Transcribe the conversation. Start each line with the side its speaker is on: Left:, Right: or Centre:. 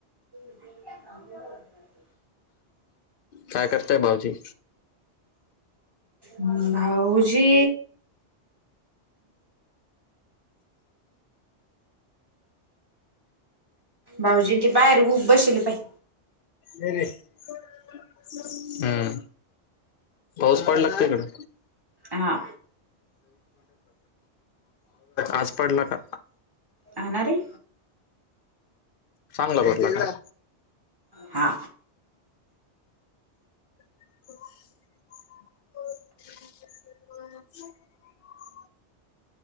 Right: <unintelligible>
Left: काय करताय भाऊजी
Right: हं भाऊजी भाऊजीं ते बाहेर ऊक बशिले पाय
Left: हम्म. पाऊस पडला का तिकडं
Right: हा
Left: आज पडला का?
Right: हा ना रे
Left: चांगला पडला का?
Right: हा.
Left: <unintelligible>